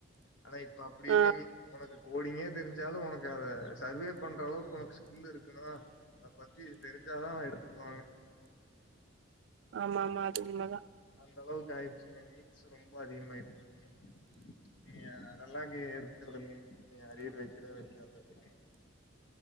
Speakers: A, on the left; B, on the right.
A: ஆனா இப்ப அப்டி இல்லைங்க
B: ஆ
A: உனக்கு கோடிங்கே தெரிஞ்சாலு உனக்கு அத சர்வே பண்ற அளவுக்கு உனக்கு ஸ்கில் இருக்கணு அத பத்தி தெரிஞ்சாதா எடுத்துக்குவாங்க
B: ஆமா ஆமா அது உண்மதா
A: அந்த அளவுக்கு ஆயிடுச்சுங்க மீக்ஸ் ரொம்ப அதிகமாய் போச்சுங்க இங்க அதெல்லா இங்க எடுக்கறது இல்லைங்க நீங்க அரியர் வக்கிற வக்காம <unintelligible>